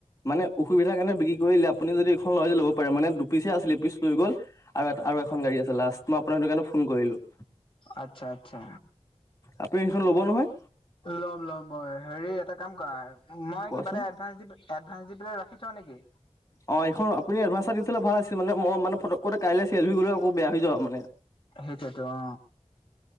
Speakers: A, on the left (about 30°); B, on the left (about 45°).
A: মানে অসুবিধাৰ কাৰণে বিক্ৰী কৰিলে আপুনি যদি এইখন লয় য ল'ব পাৰে মানে দুপিচে আছিলে পিচ লৈ গ'ল আৰুটা আৰু এখন গাড়ী আছে লাষ্ট মই আপোনাৰ সেইটো কাৰণে ফোন কৰিলো
B: আচ্ছা আচ্ছা
A: আপুনি সেইখন ল'ব নহয়
B: ল'ম ল'ম মই হেৰি এটা কাম কৰা মই
A: কোৱাচোন
B: কিবা এটা এডভাস দিম এডভান্স দি পেলাই ৰাখি থ নেকি
A: অঁ এইখন আপুনি এডভাঞ্চ এ দি থ'লে ভাল আছিল মানে মই মানে ফকতে কাইলৈ চেল হৈ গ'লে আকৌ বেয়া হৈ যাব মানে
B: সেইটোৱেতো অ